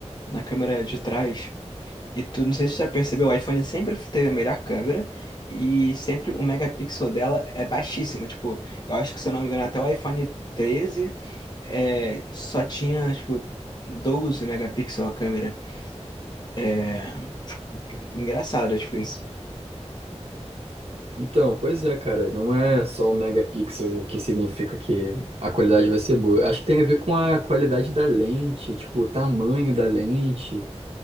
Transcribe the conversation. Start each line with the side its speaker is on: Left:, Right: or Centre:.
Left: na câmera de trás. E tu, não sei se você já percebeu, o iPhone sempre teve a melhor câmera e sempre o megapixel dela é baixíssimo. Tipo, eu acho que, se eu não me engano, até o iPhone treze é, só tinha, tipo, 12 megapixels a câmera. É engraçado, tipo, isso.
Right: Então, pois é, cara, não é só o megapixel que significa que a qualidade vai ser boa. Acho que tem a ver com a qualidade da lente, tipo, o tamanho da lente.